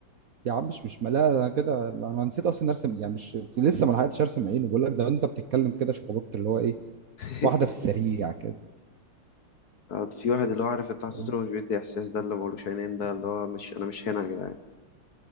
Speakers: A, on the right (about 60°); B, on the left (about 55°).
A: يا عم مش مش ملاها انا كده انا نسيت اصلا ارسم يعني مش لسه ما لحقتش ارسم عينه بقول لك ده انت بتتكلم كده شخبطت اللي هو ايه
B: <laughs>
A: واحدة في السريع كده
B: في واحد اللي هو عارف انت حسيت
A: تمام.
B: انه مش بيدي احساس ده اللي ملوش عينين ده اللي هو مش انا مش هنا يا جدعان